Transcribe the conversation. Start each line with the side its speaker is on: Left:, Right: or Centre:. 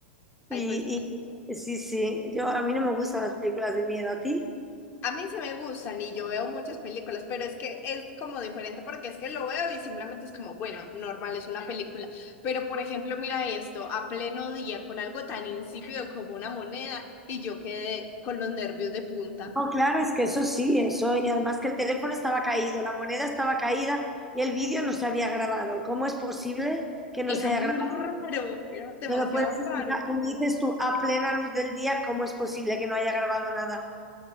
Left: Ay,
Centre: Y,
Left: pues
Centre: y sí, sí, yo a mí no me gustan las películas de miedo, ¿a ti?
Left: a mí sí me gustan y yo veo muchas películas, pero es que es como diferente porque es que lo veo y simplemente es como, bueno, normal, es una película. Pero por ejemplo, mira esto, a pleno día con algo tan insípido como una moneda y yo quedé con los nervios de punta.
Centre: No, claro, es que eso sí, eso, Y además que el teléfono estaba caído, la moneda estaba caída y el vídeo no se había grabado. ¿Cómo es posible que no
Left: Era
Centre: se haya
Left: muy
Centre: grabado?
Left: raro, era demasiado
Centre: ¿Me lo puedes
Left: raro.
Centre: explicar? Como dices tú, a plena luz del día, ¿cómo es posible que no haya grabado nada?